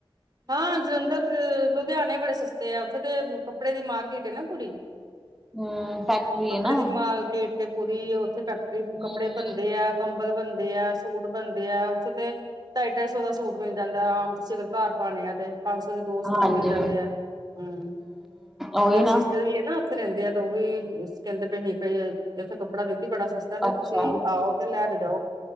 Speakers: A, on the right; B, in the centre.
A: ਹਾਂ ਜਲ਼ੰਧਰ ਲੁਧਿਆਣੇਂ ਬੜੇ ਸਸਤੇ ਐ, ਉੱਥੇ ਤੇ ਕੱਪੜੇ ਦੀ ਮਾਰਕੀਟ ਹੈਂ ਨਾ ਪੂਰੀ।
B: ਹੂੰ ਫੈਕਟਰੀ
A: ਕੱਪੜੇ
B: ਐ ਨਾ।
A: ਦੀ ਮਾਰਕੀਟ ਕੇ ਪੂਰੀ ਉੱਥੇ ਫੈਕਟਰੀ
B: ਹੂੰ
A: ਕੱਪੜੇ ਬਣਦੇ ਐ, ਕੰਬਲ਼ ਬਣਦੇ ਐ, ਸੂਟ ਬਣਦੇ ਐ। ਉੱਥੇ ਤੇ। ਢਾਈ- ਢਾਈ ਸੌ ਦਾ ਸੂਟ ਮਿਲ ਜਾਂਦਾਂ, ਆਮ ਤੁਸੀਂ ਅਗਰ ਘਰ ਪਾਣੇਂ ਆ ਤੇ। ਪੰਜ ਸੌ ਦੇ ਦੋ
B: ਹਾਂਜੀ
A: ਸੂਟ ਮਿਲ ਜਾਂਦੇ
B: ਹੂੰ
A: ਐ, ਹੂੰ
B: ਉਹੀ
A: ਮੇਰੀ
B: ਨਾ
A: ਸਿਸਟਰ ਵੀ ਐਂ ਨਾ ਉੱਥੇ ਰਹਿੰਦੇਂ ਆ, ਤੇ ਉਹ ਵੀ ਕਹਿੰਦੇ ਪਏ ਹੀ ਭਈ ਇੱਥੇ ਕੱਪੜਾ ਕਹਿੰਦੀ ਬੜਾ ਸਸਤਾ, ਤੇ
B: ਅੱਛਾ।
A: ਤੁਸੀਂ ਆਓ। ਫ਼ਿਰ ਲੈ ਕੇ ਜਾਓ,